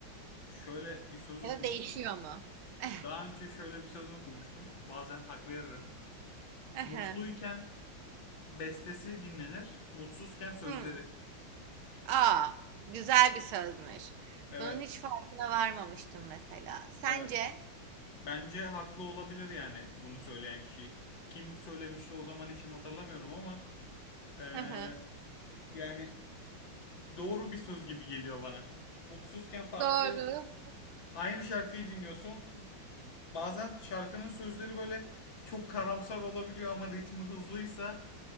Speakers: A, on the left; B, on the right.
A: Şöyle bir söz
B: ya
A: okumuştum.
B: da değişiyor mu? <laughs> Eh,
A: Daha önce şöyle bir söz okumuştum. Bazen hak veririm.
B: ehe.
A: Mutluyken bestesi dinlenir, mutsuzken sözleri.
B: Hmm. Aa, güzel bir sözmüş.
A: Evet,
B: Bunun hiç farkına varmamıştım mesela. Sence?
A: evet. Bence haklı olabilir yani bunu söyleyen kişi. Kim söylemişti o zaman için hatırlamıyorum ama Ee,
B: Hı hı.
A: yani doğru bir söz gibi geliyor bana. Mutsuzken farklı
B: Doğru.
A: aynı şarkıyı dinliyorsun. Bazen şarkının sözleri böyle çok karamsar olabiliyor ama ritmi hızlıysa